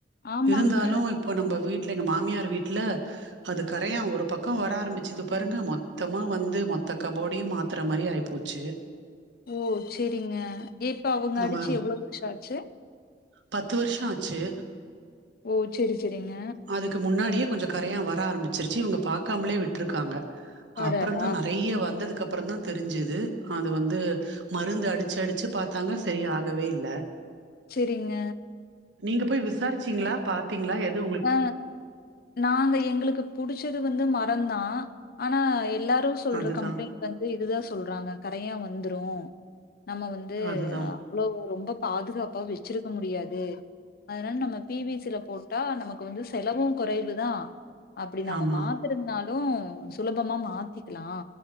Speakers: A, on the left (about 55°); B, on the right (about 85°).
A: ஆமாங்க
B: இருந்தாலு இப்ப நம்ப வீட்ல எங்க மாமியார் வீட்ல அது கரையா ஒரு பக்கோ வர ஆரம்பிச்சது பாருங்க மொத்தமா வந்து மொத்த கபோடையு மாத் த்தற மாரி ஆயிப்போச்சு
A: ஓ செரிங்க ஏப்ப அவுங்க
B: நம்ம
A: அடிச்சி எவ்ளோ வருஷோ ஆச்சு
B: பத்து வர்ஷோ ஆச்சு
A: ஓ செரி செரிங்க
B: அதுக்கு முன்னாடியே கொஞ்சோ கரையா வர ஆரம்பிச்சிருச்சி இவங்க பாக்காமலே விட்ருக்காங்க
A: அடடா
B: அப்றந்தா நெறையா வந்ததுக்கப்றந்தா தெரிஞ்சது அது வந்து மருந்து அடிச்சி அடிச்சி பாத்தாங்க செரி ஆகவே இல்ல
A: செரிங்க
B: நீங்க போய் விசாரிச்சிங்ளா பாத்திங்ளா எது உங்க
A: ஆ நாங்க எங்களுக்கு புடிச்சது வந்து மரந்தா ஆனா எல்லாரு சொல்ற
B: அதுதான்
A: கம்ப்ளைண்ட் வந்து இதுதா சொல்றாங்க கரையா வந்துரு நம்ம வந்து
B: அதுதான்
A: அ அவ்ளோ ரொம்ப பாதுகாப்பாக வெச்சிருக்க முடியாது அதனால நம்ம பி வி சி ல போட் டா நமக்கு வந்து செலவு கொறைவுதா அப்டி நம்ம
B: ஆமா
A: மாத் துருந்தாலு சுலபமா மாத்திக்கலா